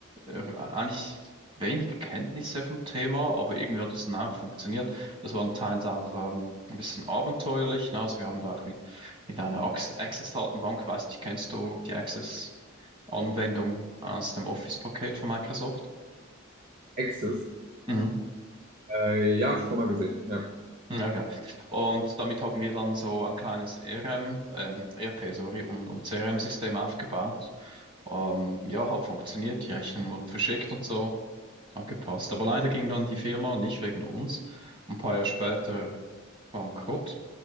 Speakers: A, on the right (about 25°); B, on the right (about 45°).
A: äh, eigentlich wenig Kenntnisse vom Thema, aber irgendwie hat es dann auch funktioniert. Das war teils auch ähm, ein bisschen abenteuerlich. Ne? Also wir haben da auch mit, mit einer Ax- Access-Datenbank, weiß nicht, kennst du die Access-Anwendung aus dem Office-Paket von Microsoft?
B: Axis?
A: Mhm.
B: Äh, ja, schon mal gesehen. Ja,
A: Ja, okay. Und damit haben wir dann so ein kleines ERM, ähm, ERP, sorry, und, und CRM-System aufgebaut. Ähm, ja, hat funktioniert, die Rechnungen wurden verschickt und so, hat gepasst. Aber leider ging dann die Firma nicht wegen uns, ein paar Jahre später bankrott.